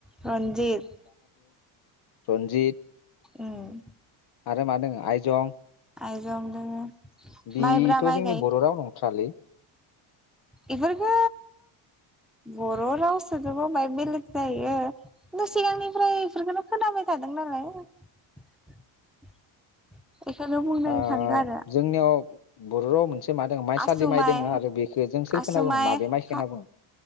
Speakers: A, in the centre; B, on the left.
A: रन्जित
B: रनजित
A: उम
B: आरो मा दोङो आइजं
A: आइजं दोङो
B: बिथ
A: माइब्रा माइ
B: जोंनि बर राव नंथारालै।
A: इफोरबो बर राव सोजोबाय माय बेलेग जायो खिन्थु सिगांनिफ्राय बेफोरखोनो खोनाबाय थादों नालाय। बेखायनो बुंदों
B: ओ
A: सानदों आरो
B: जोंनियाव बर राव मोनसे मा दोङो माइसालि
A: आसु माइ
B: दोङो आरो बेखौ जों सोरखौ
A: आसु
B: होनना बुङो
A: माय
B: माबे माइखौ
A: हा
B: होनना बुङो